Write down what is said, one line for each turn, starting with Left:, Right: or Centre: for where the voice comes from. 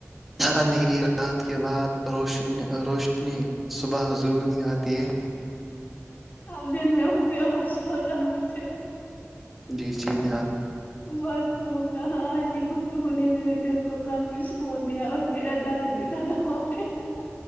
Centre: اندھیری رات کے بعد روشنی روشنی ن صبح ضرور ہی آتی ہے
Left: آپ دن میں اٹھتے ہو <inaudible>
Centre: جی جی ہاں
Left: بہت خوب کہا جی گفتگو نے میرے دل کو کافی سکون دیا اور میرا درد بھی ختم ہو گیا